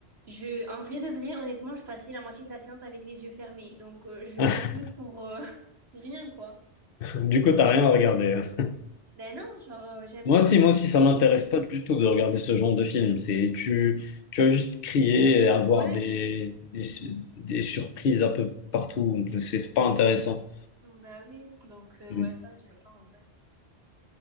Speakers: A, on the right; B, on the left.
A: je... en vrai de vrai, honnêtement, je passais la moitié de la séance avec les yeux fermés. Donc, euh, je
B: <laughs>
A: payais pour, euh, <laughs> pour rien, quoi.
B: Du coup,
A: Donc,
B: t'as
A: j-
B: rien à regarder. hein.
A: ben non, genre, euh, j'aime
B: Moi
A: pas
B: aussi,
A: en plus.
B: moi aussi,
A: euh,
B: ça m'intéresse pas du tout de regarder ce genre de film. C'est tu, tu vas juste crier et avoir
A: Ouais,
B: des, des, des surprises un peu partout. C'est c'est pas intéressant.
A: bah oui. Donc, euh,
B: Hmm.
A: ouais, ça, j'aime pas en vrai.